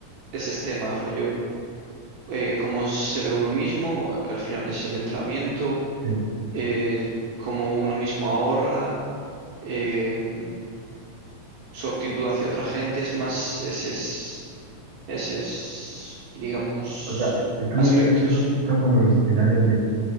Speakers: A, on the right; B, on the right.
A: ese tema, rollo, eh, cómo se ve uno mismo, que al final es el entrenamiento,
B: sí.
A: eh, cómo uno mismo ahorra, em, su actitud hacia otra gente, es más ese es Ese es, digamos,
B: O sea, eh, tú
A: aspectos.
B: me dirías que esos son como los pilares